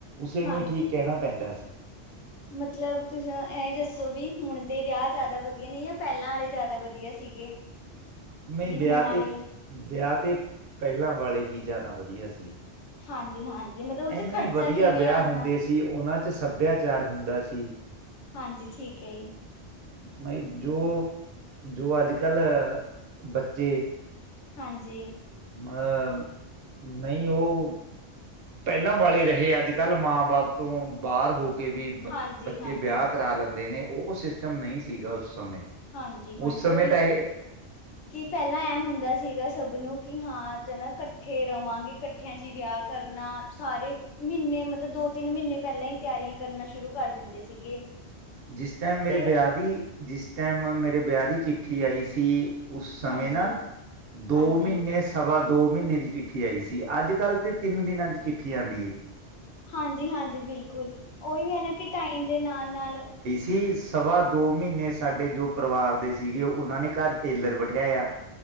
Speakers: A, on the right; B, on the left.
A: ਉਸੇ ਨੂੰ
B: ਹਾਂਜੀ
A: ਹੀ ਠੀਕ ਕਹਿਣਾ ਪੈਂਦਾ ਸੀ।
B: ਮਤਲਬ ਤੁਸੀਂ ਇਹ ਦੱਸੋ ਵੀ ਹੁਣ ਦੇ ਵਿਆਹ ਜ਼ਿਆਦਾ ਵਧੀਆ ਨੇ ਜਾਂ ਪਹਿਲਾਂ ਵਾਲੇ ਜ਼ਿਆਦਾ ਵਧੀਆ ਸੀਗੇ।
A: ਨਹੀਂ
B: ਵੀ
A: ਵਿਆਹ
B: ਹੁਣ ਆਲੇ
A: ਤੇ ਵਿਆਹ ਤੇ ਪਹਿਲਾਂ ਵਾਲੇ ਹੀ ਜ਼ਿਆਦਾ ਵਧੀਆ ਸੀ।
B: ਹਾਂਜੀ ਹਾਂਜੀ, ਮਤਲਬ ਉਹਦੇ
A: ਇੰਨੇ
B: ਖਰਚਾ
A: ਵਧੀਆ
B: ਕਿਵੇਂ
A: ਵਿਆਹ
B: ਆਉਂਦਾ।
A: ਹੁੰਦੇ ਸੀ ਉਹਨਾਂ ਚ ਸੱਭਿਆਚਾਰ ਹੁੰਦਾ ਸੀ।
B: ਹਾਂਜੀ ਠੀਕ ਹੈ ਜੀ।
A: ਵਈ ਜੋ ਜੋ ਅੱਜ ਕੱਲ ਬੱਚੇ,
B: ਹਾਂਜੀ,
A: ਮਤਲਬ ਨਹੀਂ ਉਹ ਪਹਿਲਾਂ ਵਾਲੇ ਰਹੇ, ਅੱਜ ਕੱਲ੍ਹ ਮਾਂ ਬਾਪ ਤੋਂ ਬਾਹਰ ਹੋ। ਕਿ ਵੀ
B: ਹਾਂਜੀ
A: ਬੱਚੇ
B: ਹਾਂਜੀ
A: ਵਿਆਹ ਕਰਾ ਲੈਂਦੇ ਨੇ, ਉਹ ਸਿਸਟਮ ਨਹੀਂ ਸੀਗਾ ਉਸ ਸਮੇਂ
B: ਹਾਂਜੀ ਹਾਂਜੀ,
A: ਉਸ ਸਮੇਂ
B: ਉਹੀ,
A: ਤਾਂ <unintelligible>
B: ਕਿ ਪਹਿਲਾਂ ਐ ਹੁੰਦਾ ਸੀਗਾ, ਸਭ ਨੂੰ, ਕਿ ਹਾਂ ਨਾ ਇਕੱਠੇ ਰਵਾਂਗੇ। ਇਕੱਠਿਆਂ ਚ ਵਿਆਹ ਕਰਨਾ ਸਾਰੇ, ਮਹੀਨੇ, ਮਤਲਬ ਦੋ ਤਿੰਨ ਮਹੀਨੇ ਪਹਿਲਾਂ ਹੀ ਤਿਆਰੀਆਂ ਕਰਨਾ ਸ਼ੁਰੂ ਕਰ ਦਿੰਦੇ ਸੀਗੇ।
A: ਜਿਸ ਟਾਈਮ ਮੇਰੇ
B: ਤੇ
A: ਵਿਆਹ ਦੀ, ਜਿਸ ਟਾਈਮ ਮੇਰੇ ਵਿਆਹ ਦੀ ਚਿੱਠੀ ਆਈ ਸੀ। ਉਸ ਸਮਯ
B: ਹਾਂਜੀ
A: ਨਾ, ਦੋ
B: ਹਾਂਜੀ
A: ਮਹੀਨੇ ਸ ਸਵਾ ਦੋ ਮਹੀਨੇ ਦੀ ਚਿੱਠੀ ਆਈ ਸੀ, ਅੱਜ- ਕੱਲ ਤੇ ਤਿੰਨ ਦਿਨਾਂ ਦੀ ਚਿੱਠੀ ਆਉਂਦੀ ਹੈ।
B: ਹਾਂਜੀ- ਹਾਂਜੀ ਬਿਲਕੁਲ। ਉਹੀ ਹੈ ਨਾ ਕਿ ਟਾਈਮ ਦੇ ਨਾਲ ਨਾਲ
A: ਕੀ ਸਵਾ ਦੋ ਮਹੀਨੇ ਸਾਡੇ ਜੋ ਪਰਿਵਾਰ ਦੇ ਸੀਗੇ, ਉਹਨਾਂ ਨੇ ਘਰ ਟੇਲਰ ਬਿਠਾਇਆ।